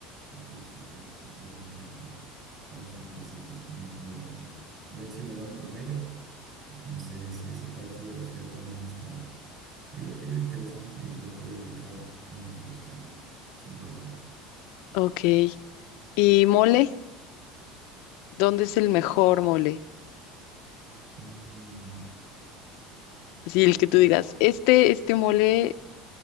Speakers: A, on the right; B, on the left.
A: Incluso pues te puedes mojar ahí con, con las plantecitas como todo un buen ciudadano promedio. Entonces, si esa parte de la ciudad también está divertida, interesante y le puedes dedicar un, un o dos tardes sin problema.
B: Ok. ¿Y mole? ¿Dónde es el mejor mole?
A: Mm,
B: Así el
A: ok.
B: que tú digas, este, este mole